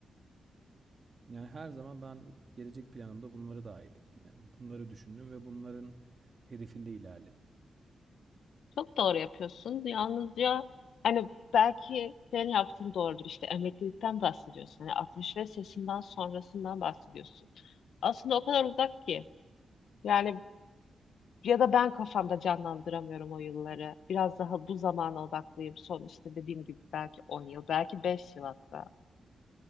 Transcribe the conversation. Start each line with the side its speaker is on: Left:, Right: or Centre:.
Right: Yani her zaman ben gelecek planımda bunları dahil ettim. Yani bunları düşündüm ve bunların hedefinde ilerledim.
Left: Çok doğru yapıyorsun. Yalnızca hani belki senin yaptığın doğrudur. İşte emeklilikten bahsediyorsun. Hani 65 yaşından sonrasından bahsediyorsun. Aslında o kadar uzak ki. Yani ya da ben kafamda canlandıramıyorum o yılları. Biraz daha bu zamana odaklıyım. Son işte dediğim gibi belki 10 yıl, belki 5 yıl hatta.